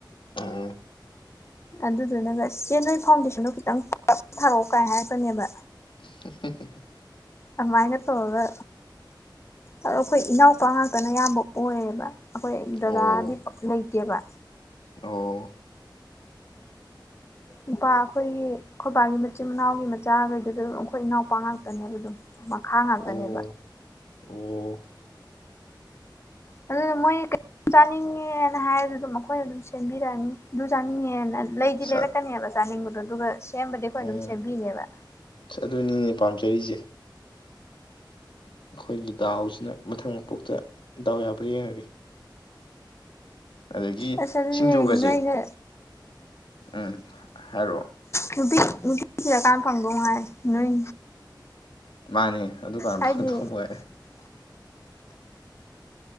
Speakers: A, on the left (about 85°); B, on the left (about 35°).
A: ꯎꯝ
B: ꯑꯗꯨꯗꯨꯅꯒ ꯆꯦ ꯅꯣꯏ ꯐꯥꯎꯟꯗꯦꯁꯟꯗꯣ ꯈꯤꯇꯪ ꯊꯥꯔꯛꯑꯣ ꯀꯥꯏ ꯍꯥꯏꯔꯛꯀꯅꯦꯕ
A: <unintelligible>
B: ꯑꯃꯥꯏꯅ ꯇꯧꯔꯒ ꯑꯗꯣ ꯑꯈꯣꯏ ꯏꯅꯥꯎꯄꯥ ꯉꯥꯛꯇꯅ ꯌꯥꯝꯕ ꯑꯣꯏꯌꯦꯕ ꯑꯈꯣꯏ ꯗꯗꯥꯗꯤ
A: ꯑꯣ
B: ꯄꯛ ꯂꯩꯇꯦꯕ
A: ꯑꯣ
B: ꯅꯨꯄꯥ ꯑꯩꯈꯣꯏꯒꯤ ꯈꯣꯏꯕꯥꯒꯤ ꯃꯆꯤꯟ ꯃꯅꯥꯎꯒꯤ ꯃꯆꯥꯈꯩꯗꯨꯁꯨ ꯑꯗꯨꯝ ꯑꯩꯈꯣꯏ ꯏꯅꯥꯎꯄꯥ ꯉꯥꯛꯇꯅꯦꯕ ꯑꯗꯨꯝ ꯃꯈꯥ ꯉꯥꯛꯇꯅꯦꯕ
A: ꯑꯣ ꯑꯣ
B: ꯑꯗꯨꯅ ꯃꯣꯏ ꯆꯥꯅꯤꯡꯉꯦꯅ ꯍꯥꯏꯔꯁꯨ ꯑꯗꯨꯝ ꯑꯩꯈꯣꯏꯅ ꯑꯗꯨꯝ ꯁꯦꯝꯕꯤꯔꯛꯅꯤ ꯑꯗꯨ ꯆꯥꯅꯤꯡꯉꯦꯅ ꯂꯩꯗꯤ
A: ꯁꯠ
B: ꯂꯩꯔꯛꯀꯅꯦꯕ ꯆꯥꯅꯤꯡꯕꯗꯣ ꯑꯗꯨꯒ ꯁꯦꯝꯕꯗꯤ ꯑꯩꯈꯣꯏ
A: ꯎꯝ
B: ꯑꯗꯨꯝ ꯁꯦꯝꯕꯤꯅꯦꯕ
A: ꯑꯗꯨꯅꯤꯅꯦ ꯄꯥꯝꯖꯔꯤꯁꯦ ꯑꯩꯈꯣꯏꯒꯤ ꯗꯥꯎꯁꯤꯅ ꯃꯊꯪ ꯃꯄꯣꯛꯇ ꯗꯥꯎ ꯌꯥꯕ꯭ꯔꯥ ꯌꯦꯡꯉꯒꯦ ꯑꯗꯒꯤ
B: ꯑꯁ ꯑꯗꯨꯗꯤ
A: ꯁꯤꯡꯖꯨꯒꯁꯦ
B: ꯍꯌꯦꯡ ꯅꯣꯢꯅ
A: ꯎꯝ ꯍꯥꯏꯔꯛꯑꯣ
B: ꯅꯨꯄꯤ ꯅꯨꯄꯤ ꯊꯤꯔ ꯀꯥꯟ ꯐꯪꯗꯧ ꯐꯪꯗꯧ ꯃꯥꯜꯂꯦ ꯅꯣꯏ
A: ꯃꯥꯅꯦ ꯑꯗꯨ ꯀꯥꯟ
B: ꯍꯥꯏꯗꯤ
A: ꯐꯪꯗꯧꯕ ꯉꯥꯢꯔꯦ